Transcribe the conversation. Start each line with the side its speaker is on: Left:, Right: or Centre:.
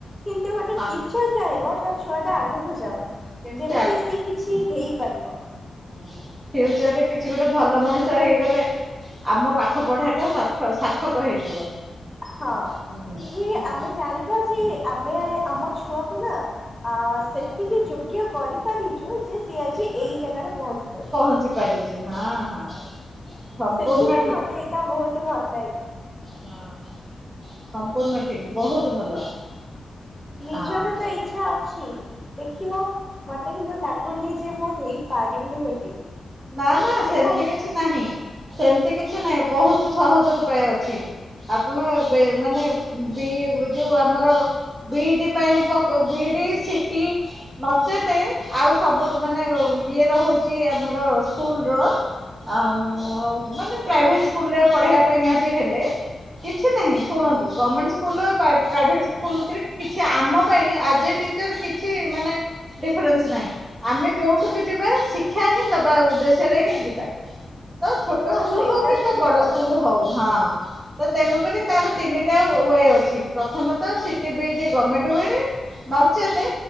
Centre: କିନ୍ତୁ ଗୋଟେ
Right: ହଁ
Centre: ଟିଚର୍ ଚାହିଁବ ତା ଛୁଆ ଟା ଆଗକୁ ଯାଉ।
Right: କେମିତି
Centre: ଯେମିତି ସେ କିଛି ହେଇପାରିବ।
Right: ହଁ ଫିୟୁଚର ରେ କିଛି ଗୋଟେ ଭଲ ମଣିଷ ହେଇଗଲେ ଆମ ପାଠ ପଢା ଟା ସାଥ ସାର୍ଥକ ହେଇଯିବ।
Centre: ହଁ
Right: ହୁଁ
Centre: ଯିଏ
Right: ହୁଁ
Centre: ଆମେ ଜାଣିବା ଯେ ଆମେ ଆମ ଛୁଆକୁ ନା ଆ,
Right: ହଁ
Centre: ସେତିକି ଯୋଗ୍ୟ କରି ପାରିଚୁ ଯେ ସିଏ ଆଜି
Right: ହଁ
Centre: ଏଇ ଜାଗାରେ ପହଞ୍ଚିାପାରିଚି।
Right: ପହଞ୍ଚି ପାରି ଚି ହଁ, ସମ୍ପୂର୍ଣ୍ଣ
Centre: ସେଥିପାଇଁ
Right: ହଁ
Centre: ମୋତେ ଏଇଟା ବହୁତି ଭଲ ଲାଗେ।
Right: ହଁ ସମ୍ପୂର୍ଣ୍ଣ ଠିକ ବହୁତ ଭଲ।
Centre: ନିଜର
Right: ଆଜ୍ଞା।
Centre: ତ ଇଚ୍ଛା ଅଛି ଦେଖିବା ମୋତେ କିନ୍ତୁ ଲାଗୁନି ଯେ ମୁଁ ହେଇପାରିବି ବୋଲି।
Right: ନା ନା ସେମିତି
Centre: ଦେଖାଯାଉ।
Right: କିଛି ନାହିଁ, ସେମିତି କିଛି ନାହିଁ, ବହୁତ ସହଜ ଉ ପାୟ ଅଛି, ଆପଣ ଏବେ ମାନେ ବି- ଯୋଉ ଆମର ବିଇଡି ପାଇଁ ପକୋଉ ବିଇଡି, ସିଟି ନଚେତେ ଆଉ ସବୁଠୁ ମାନେ ଅ, ଇଏ ର ହଉଛି ଆମର ସ୍କୁଲ୍ ର ଆଉ ଆଉ ମାନେ ପ୍ରାଇଭେଟ୍ ସ୍କୁଲ୍ ରେ ପଢ଼େଇବା ପାଇଁକା ବି ହେଲେ କିଛି ନାହିଁ ଶୁଣନ୍ତୁ ଗର୍ମେଣ୍ଟ ସ୍କୁଲ୍ ପାଇ- ପ୍ରାଇଭେଟ୍ ସ୍କୁଲ୍ ଭିତରେ କିଛି ଆମ ପାଇଁ ଆଜ ଏ ଟି ଚର୍ କିଛି ମାନେ ଡିଫରେନ୍ସ ନାହିଁ ଆମେ ଯୋଉଠିକି ଯିବା ଶିକ୍ଷା ହିଁ ଦବ ବା ଉଦ୍ଦେଶ୍ୟରେ ହିଁ ଯିବା। ତ ଛୋଟ
Centre: ହଁ
Right: ସ୍କୁଲ୍
Centre: ସେଇଟା
Right: ହଉ କିମ୍ବା
Centre: ତ ଠିକ
Right: ବଡ
Centre: କଥା
Right: ସ୍କୁଲ୍ ହଉ ହଁ ତ ତେଣୁ କରି ତାର ତିନିଟା ହୋଉଏ ଅଛି। ପ୍ରଥମେ ତ ସିଟି ଵିଇଡି ଗମେଣ୍ଟ ଉଏରେ। ନଚେତେ